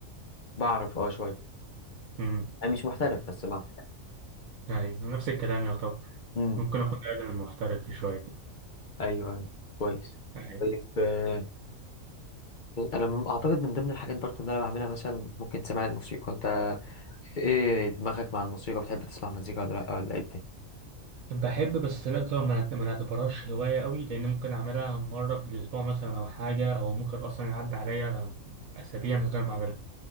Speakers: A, on the left (about 50°); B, on the right (about 75°).
A: بعرف اه شوية
B: امم
A: أنا مش محترف بس بعرف
B: أيوه نفس الكلام يعتبر
A: مم.
B: ممكن أكون أقدم من محترف في شوية كده
A: أيوه أيوه كويس
B: أيوه.
A: طيب آه، أنا م- أعتقد من ضمن الحاجات برضو اللي أنا بعملها مثلا ممكن تسمع الموسيقى أنت إيه دماغك مع الموسيقى بتحب تسمع مزيكا ولا لأ ولا إيه الدنيا؟
B: بحب بس لا طبعا ما ما نعتبرهاش هواية قوي لأن ممكن أعملها مرة في الأسبوع مثلا أو حاجة أو ممكن أصلا يعدي عليا أسابيع من غير ما أعملها